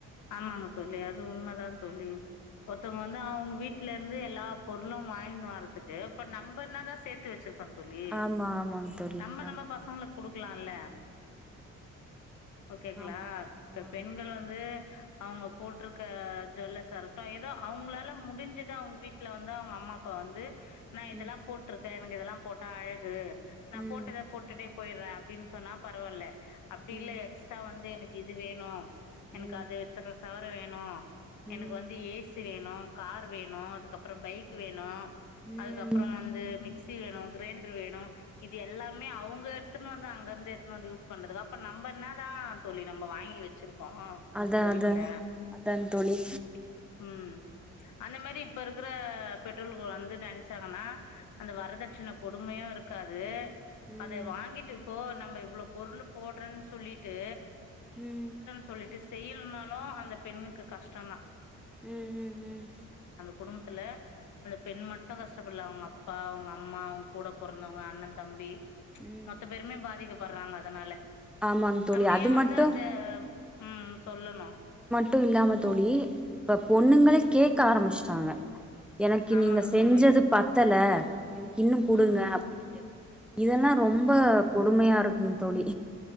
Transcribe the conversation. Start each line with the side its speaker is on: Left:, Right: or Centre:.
Left: ஆமாங்க தோழி அது உண்மைதா தோழி ஒருத்தவங்க வந்து அவங்க வீட்டு்ல இருந்து எல்லா பொருளும் வாயின் வரறதுக் ஏப்ப நம்ப என்னாதா சேத்து வச்சிருக்கோ தோழி
Centre: ஆமா ஆமாங் தோழி
Left: நம்ம
Centre: ஆமா
Left: நம்ம பசங்களுக் குடுக்கலால ஓகேங்களா
Centre: ஆமா ஆமா
Left: இப்ப பெண்கள்
Centre: ஆமா
Left: வந்து அவங்க போட்டிருக்க ஜல்லச இருக்கட்டும் ஏதோ அவங்களால முடிஞ்சதா அவங்க வீட்டுல வந்து அவங்க அம்மா அப்பா வந்து நான் இதெல்லாம்
Centre: ம்
Left: போட்டிருக்கேன் எனக்கு இதெல்லாம் போட்டா அழகு நா
Centre: ம்
Left: போட்டத போட்டுட்டே போயிடுற அப்படின்னு சொன்னா பரவால்ல அப்படி
Centre: ம்
Left: இல்லை எக்ஸ்ட்ரா வந்து எனக்கு இது வேணும் எனக்கு
Centre: ம்
Left: அது வித்தற சவர வேணும் எனக்கு
Centre: ம்
Left: வந்து ஏசி வேணும் கார் வேணும் அதுக் கப்ரோ பைக் வேணு
Centre: ம்
Left: அதுக்கப்ரோ வந்து க்சி வேணும் கிரைண்டர் வேணும் இது எல்லாமே அவுங்க எடுத்துனுவந்து அங்க இருந்து எடுத்துனுவந்து யூஸ் பண்றது அப்ப நம் நம்ப என்ன தா தோழி நம்ப வாங்கி வச் சுருக்கோம்
Centre: அதா
Left: நம்ப வீட்டுல
Centre: அதா அதாங் தோழி
Left: ஓகே ம் அந்த மாரி இப்ப இருக்கிற பெற்றோர்கள் வந்து நனைச்சாங்கன்னா அந்த வரதட்சண கொடுமைய இருக்காது
Centre: ம்
Left: அத வாங்கிட்டுப்போ நம்ம இவ்வளவு பொருள் போடுறேன்னு சொல்லிட்டு
Centre: உம்
Left: சொல்ட்டு செய்யலனாலும் அந்த பெண்ணுக்கு கஷ்டோ தா
Centre: உம் உம் உம்
Left: குடும்பத்துல அந்த பெண் மட்டும் கஷ்டப்படல அவங்க அப்பா அவங்க அம்மா அவங்க கூட போறந்தவங்க அண்ணன் தம்பி
Centre: ம்
Left: மொத்த பேருமே பாதிக்கப்படுறாங்க அதனால
Centre: ஆமாங் தோழி
Left: நம்ப
Centre: அது
Left: ஏ
Centre: மட்டு
Left: வந்து அந்த உம் சொல்லணும்
Centre: மட்டும் இல்லாம தோழி இப்ப பொண்ணுங்கலே கேட்க ஆரம்பிச்சிட்டாங்க எனக்கு
Left: ஆமாங்க
Centre: நீங்க செஞ்சது
Left: தோழி
Centre: பத்தல எனக்கு இன்னும் கொடுங்க
Left: ம்
Centre: அப்படின்ட்டு இதெல்லா ரொம்ப
Left: ஆ
Centre: கொடுமையா இருக்குங் தோழி